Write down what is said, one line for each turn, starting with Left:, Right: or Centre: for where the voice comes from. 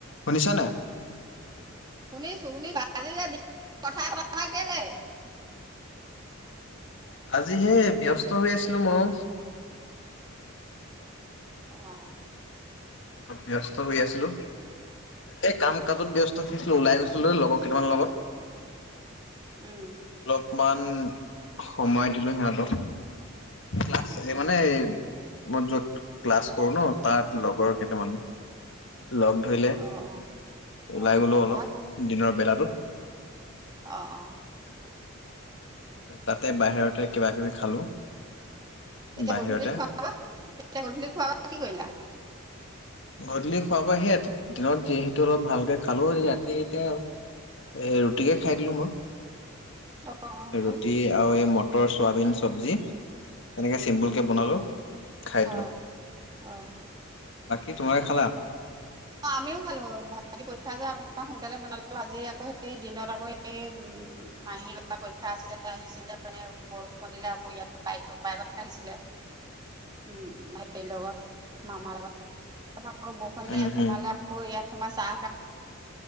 Left: শুনিছা নাই?
Right: শুনিছোঁ, শুনিছোঁ। আজিযে <unintelligible> কথাই পতানাই কেলে?
Left: আজিহে ব্যস্ত হৈ আছিলোঁ মই।
Right: অ'।
Left: ব্যস্ত হৈ আছিলোঁ। এ কাম কাজত ব্যস্ত থাকিছিলো ওলাই গৈছিলো ও লগৰ কেইটামানৰ লগত।
Right: উম।
Left: অকমান সময় দিলো সিহঁতক ক্লাছ মানে, মই য'ত ক্লাছ কৰো ন', তাত লগৰ কেইটামান, লগ ধৰিলে
Right: অঁ অঁ
Left: ওলাই গলো
Right: অঁ
Left: অলপ দিনৰ বেলাটোত।
Right: অ', অ'।
Left: তাতে বাহিৰতে কিবা কিবি খালো।
Right: এতিয়া
Left: বাহিৰতে
Right: গধূলি খুৱাবোৱা, এতিয়া গধূলি খুৱাবোৱা কি কৰিলা?
Left: গধূলি খোৱাৰ পৰা সেই দিনত যিহেতু অলপ ভালকে খালো ৰাতি এতিয়া আৰু, এ ৰুটিকে খাই দিলো মই।
Right: অঁ অঁ
Left: ৰুটি
Right: ভাল
Left: আৰু এই মটৰ চোৱাবিন চব্জি। তেনেকে
Right: উম
Left: চিম্পুল
Right: উম
Left: কে
Right: উম
Left: বনালো খাই দিলো
Right: অঁ অঁ
Left: কি তোমাৰ খালা?
Right: অ' আমিও খালো ভাইটিৰ পৰীক্ষা যে অকমান সোনকালে বনালো আজি আকৌ সেই দিনত আকৌ এই উ মাহী লগোৱা পৰীক্ষা আছিলে আহিছিলে মানে বৰষুণ দিলে আকৌ ইয়াত বাইক বাইক আহিছিলে।
Left: <inaudible>
Right: উম হেৰিৰ লগত মামাৰ লগত তাপা আকৌ বৰষুণ দিলে
Left: উম
Right: ইয়াত সোমালে
Left: উম
Right: আকৌ ইয়াত। সোমাই চাহ একাপ।